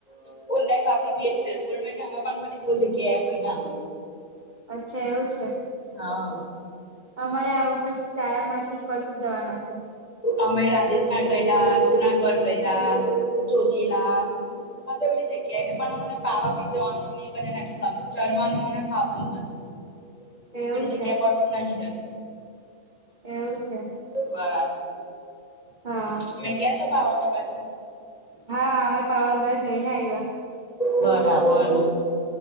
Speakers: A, on the left; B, on the right.
A: સ્કૂલ લાઇફ આપ, અમે બધી બહુ જગ્યા એ ફર્યા અમે.
B: અચ્છા એવું છે,
A: હા
B: અમારે આ વખત શાળા મા થી કચ્છ જવાના છે.
A: અમે રાજસ્થાન ગયેલા, જુનાગઢ ગયેલા ચોટીલા. ખાશી બધી બધી જગ્યા છે, પણ અમને પાવાગઢ જવાનું બધ નથી ગમ ચરવાનું, મને ફાવતું જ નથી, એ
B: એવું
A: બધી જગ્યા
B: છે
A: પર હું નહિ જત
B: એવું છે.
A: બરાબર
B: હા
A: ગયા છો, પાવાગઢ બાજુ.
B: હા અમે પાવાગઢ જઈને આવ્યા
A: બરાબર.